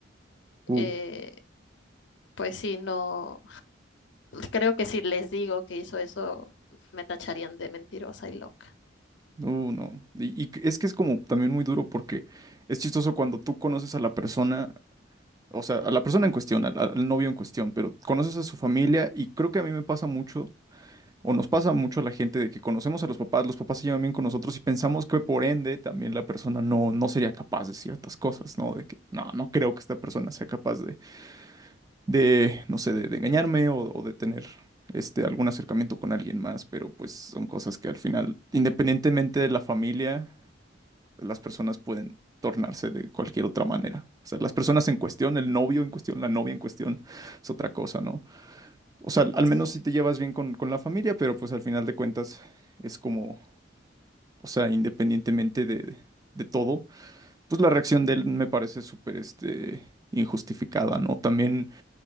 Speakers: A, on the right; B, on the left.
A: Uh,
B: eh, Pues sí, no, creo que si les digo que hizo eso, me tacharían de mentirosa y loca.
A: no, no. Y, y es que es como también muy duro porque es chistoso cuando tú conoces a la persona. O sea, a la persona en cuestión, al, al novio en cuestión, pero conoces a su familia y creo que a mí me pasa mucho O nos pasa mucho a la gente de que conocemos a los papás, los papás se llevan bien con nosotros y pensamos que por ende también la persona no, no sería capaz de ciertas cosas, ¿no? De que no, no creo que esta persona sea capaz de, de no sé, de, de engañarme o, o de tener este, algún acercamiento con alguien más, pero pues son cosas que al final, independientemente de la familia, las personas pueden tornarse de cualquier otra manera. O sea, las personas en cuestión, el novio en cuestión, la novia en cuestión, es otra cosa, ¿no? O sea, al
B: Sí.
A: menos si te llevas bien con, con la familia, pero pues al final de cuentas es como, o sea, independientemente de, de todo, pues la reacción de él me parece súper, este, injustificada, ¿no? También